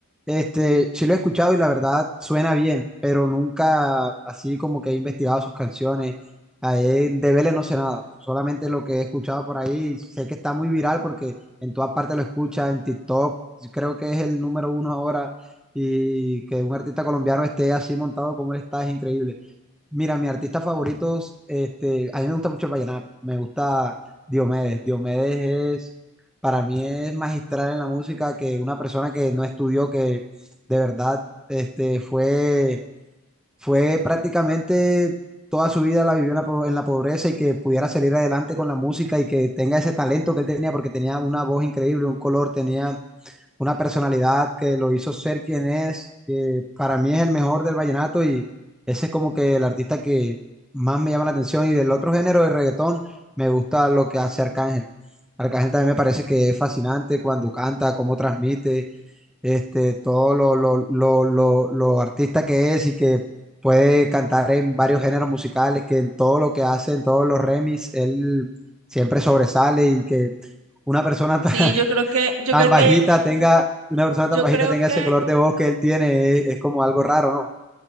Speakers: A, in the centre; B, on the right (about 70°).
A: este, sí lo he escuchado y la verdad suena bien, pero nunca así como que he investigado sus canciones. Ahí en de Vélez no sé nada, solamente lo que he escuchado por ahí. Sé que está muy viral porque en todas partes lo escucha, en TikTok, creo que es el número uno ahora. Y que un artista colombiano esté así montado como él está es increíble. Mira, mis artistas favoritos, este, a mí me gusta mucho el vallenato, me gusta Diomedes. Diomedes es, para mí es magistral en la música que una persona que no estudió, que de verdad, este, fue, fue prácticamente toda su vida la vivió en la, po- en la pobreza y que pudiera salir adelante con la música y que tenga ese talento que él tenía, porque tenía una voz increíble, un color, tenía una personalidad que lo hizo ser quien es, que para mí es el mejor del vallenato y ese es como que el artista que más me llama la atención y del otro género de reggaetón me gusta lo que hace Arcángel. Arcángel también me parece que es fascinante cuando canta, cómo transmite, este, todo lo, lo, lo, lo, lo artista que es y que puede cantar en varios géneros musicales, que en todo lo que hace, en todos los remix, él siempre sobresale y que una persona <laughs> tan,
B: Sí, yo creo que, yo
A: tan
B: creo
A: bajita
B: que,
A: tenga, una persona
B: yo
A: tan bajita
B: creo
A: tenga
B: que
A: ese color de voz que él tiene, es, es como algo raro, ¿no?